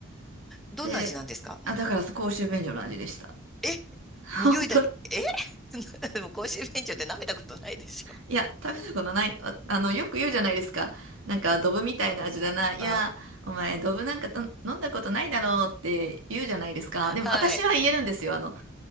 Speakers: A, in the centre; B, on the right (about 70°).
A: どんな味なんですかうん。
B: で、あ、だから公衆便所の味でした。
A: え
B: <laughs>
A: 匂いだけ、
B: 本当
A: え <laughs> でも公衆便所って舐めたことないでし
B: いや、食べたことない。あ、あの、よく言うじゃないですか。なんか、ドブみたいな味だな。いや、
A: あ
B: お前、ドブなんかと飲んだことないだろうって言うじゃないですか。
A: あ
B: でも、
A: ー、はい。
B: 私は言えるんですよ。あの、